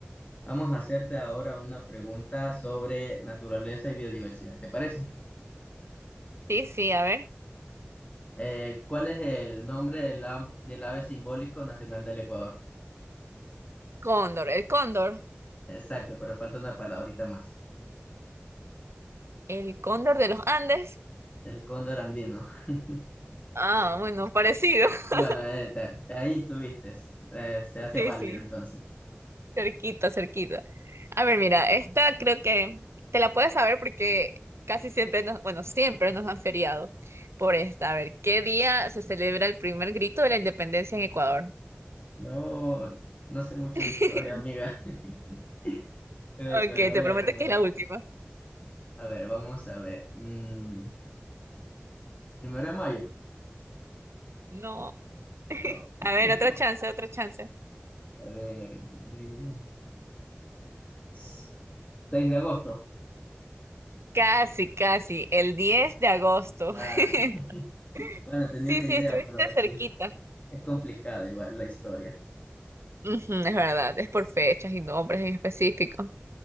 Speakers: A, on the left; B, on the right.
A: vamos a hacerte ahora una pregunta sobre naturaleza y biodiversidad, ¿te parece?
B: Sí, sí, a ver.
A: Eh, ¿cuál es el nombre del, am- del ave simbólico nacional del Ecuador?
B: Cóndor, el cóndor,
A: Exacto, pero falta una palabrita más.
B: el cóndor de los Andes.
A: El cóndor andino. <laughs>
B: Ah, bueno, parecido. <laughs>
A: Bueno, eh, te- ahí estuviste. Eh, se hace
B: Sí,
A: válido
B: sí.
A: entonces.
B: Cerquita, cerquita. A ver, mira, esta creo que te la puedes saber porque casi siempre nos, bueno, siempre nos han feriado por esta. A ver, ¿qué día se celebra el primer grito de la independencia en Ecuador?
A: No, no sé mucho
B: <laughs>
A: de historia, amiga. <laughs> Ey, pero
B: Ok, te
A: a ver,
B: prometo
A: bueno.
B: que es la última.
A: A ver, vamos a ver. Mm, primero de mayo.
B: No.
A: No.
B: A
A: <laughs>
B: ver, otra chance, otra chance.
A: A ver. mm, 6 de agosto.
B: Casi, casi, el 10 de agosto.
A: Ah,
B: <laughs>
A: <laughs> bueno, tenía
B: Sí,
A: una
B: sí,
A: idea,
B: estuviste
A: pero así
B: cerquita.
A: es es complicado igual la historia.
B: Ujú, es verdad, es por fechas y nombres en específico.